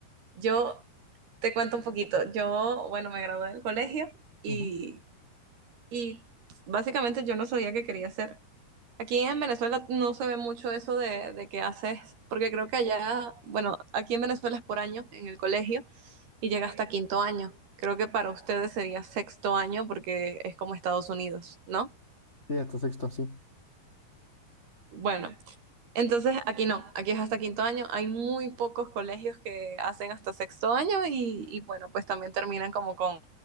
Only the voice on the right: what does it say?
Yo te cuento un poquito. Yo, bueno, me gradué del colegio y,
y básicamente yo no sabía qué quería hacer. Aquí en Venezuela no se ve mucho eso de, de que haces, porque creo que allá, bueno, aquí en Venezuela es por año en el colegio y llega hasta quinto año. Creo que para ustedes sería sexto año porque es como Estados Unidos, ¿no?
Bueno, entonces aquí no, aquí es hasta quinto año. Hay muy pocos colegios que hacen hasta sexto año y, y bueno, pues también terminan como con,